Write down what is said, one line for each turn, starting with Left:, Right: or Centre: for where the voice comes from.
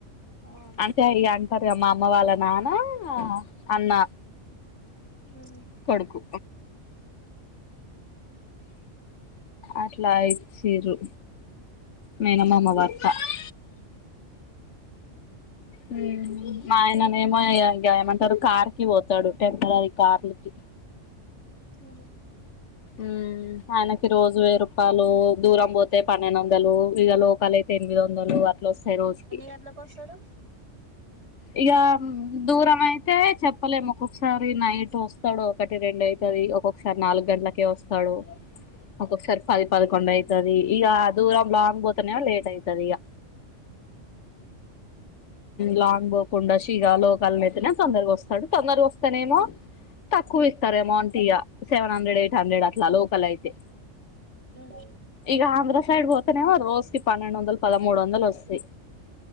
Right: ఆ
Left: అంటే ఇగ అంటారు మా అమ్మ వాళ్ళ నాన్న అన్న
Right: ఆ
Left: కొడుకు అట్లా యిచిరు
Right: ఎన్ని
Left: మేనమామ <unintelligible> ఉ మా ఆయననేమోయమంటారు కార్ కి పోతాడు టెంత అది కార్లకి
Right: హ
Left: ఉ ఆయనకి రోజు వయ్యి రూపాయలు దూరం పోతే పన్నెండు వందలు ఇక లోకల అయితే ఎనిమిది వందలు అ అట్లా వస్తాయ్ రోజుకి
Right: గంటలకు వస్తాడు
Left: ఇక దూరం అయితే చెప్పలేము ఒక్కొక్కసారి నైట్ వస్తాడు ఒకటి రెం అయితది ఒక్క సార్ నాలుగు గంటలకే వస్తాడు ఒక్కొక్కసారి పది పదకొండు అవుతది ఈక దూరం లాంగ్ పోతనేవా లేట్ అవుతది ఇగ లాన్ పోకుండా షగా లోకాలని అయితేనే తొందరగా వస్తాడు తొందరగా వస్తానేమ తక్కువ ఇస్తారు అమౌంట ఇయా సెవెన్ హండ్రెడ్ ఎయిట్ హండ్రెడ్ అట్లా లోకల్ అయితే
Right: ఉ
Left: ఇక ఆంధ్ర సైడ్ పోతేనేవా రోజు కి పన్నెండు వందలు పదమూడు వందలు వస్తాయ్